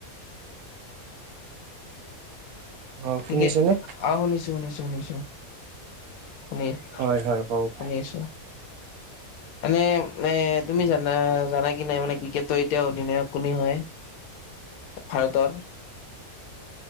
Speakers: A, on the right; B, on the left.
A: অ'
B: ক্ৰিকে
A: শুনিছেনে?
B: অ শুনিছো শুনিছো শুনিছো। শুনি
A: হয় হয় কওক
B: শুনিছো। এনে নে তুমি জানা জানা কি নাই মানে ক্ৰিকেটৰ এতিয়া অধিনায়ক কোনে হয়? ভাৰতৰ।